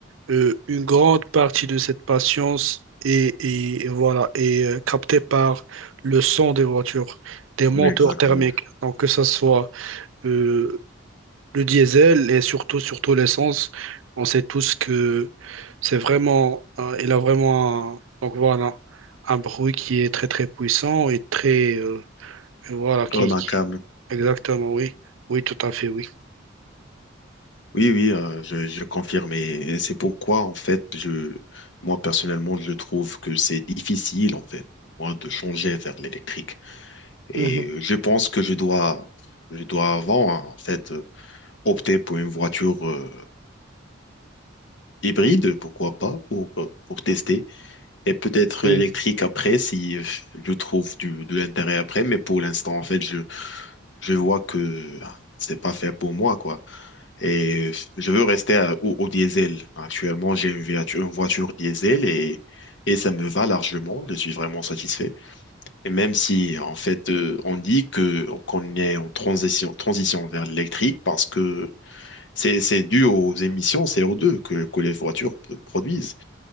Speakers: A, on the right (about 80°); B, on the left (about 65°).
A: euh, une grande partie de cette patience est, est- voilà, est euh, captée par le son des voitures, des moteurs
B: ouais, exactement.
A: thermiques. Donc que ce soit euh, le diesel et surtout, surtout l'essence, on sait tous que c'est vraiment, euh, il a vraiment un, donc voilà, un bruit qui est très très puissant et très, euh, et voilà, qui,
B: Remarquable.
A: qui- exactement, oui, oui, tout à fait, oui.
B: Oui, oui, euh, je, je confirme. Et et c'est pourquoi, en fait, je, moi, personnellement, je trouve que c'est difficile, en fait, pour moi, de changer vers l'électrique. Et
A: Mhm,
B: euh, je pense que je dois, je dois avant, hein, en fait, euh, opter pour une voiture euh, hybride, pourquoi pas, pour, euh, pour tester. Et peut-être
A: mhm,
B: l'électrique après, si euh, je trouve du, de l'intérêt après. Mais pour l'instant, en fait, je, je vois que ah, c'est pas fait pour moi, quoi. Et je veux rester à- au, au diesel. Actuellement, j'ai une voiture, une voiture diesel et, et ça me va largement. Je suis vraiment satisfait. Et même si, en fait, euh, on dit que qu'on est en transition, transition vers l'électrique parce que c'est, c'est dû aux émissions co deux que, que les voitures p- produisent.